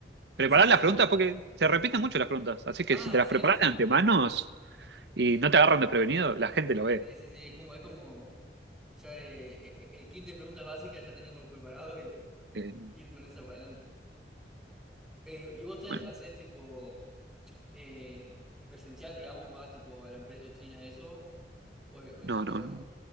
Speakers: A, in the centre; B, on the right (about 70°).
A: decime,
B: preparar
A: decime.
B: las preguntas, porque se repiten mucho las preguntas. Así que
A: Ah,
B: si te las
A: sí,
B: preparan
A: sí, sí.
B: de antemano
A: sí.
B: y no te agarran desprevenido, la gente lo ve.
A: Sí, sí, sí, es como, es como ya eh, eh, el kit de preguntas básicas, ya tenerlo preparado y
B: Eh,
A: ir con esa para adelante. Eh, ¿y vos te
B: bueno,
A: haces tipo eh, presencial, digamos, vas tipo a la empresa, oficina, eso, o, o es
B: no,
A: más remoto?
B: no.